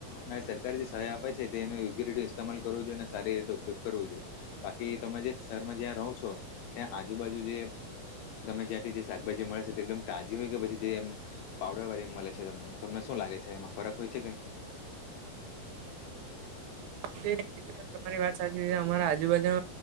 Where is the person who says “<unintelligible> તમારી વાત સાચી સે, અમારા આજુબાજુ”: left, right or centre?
Right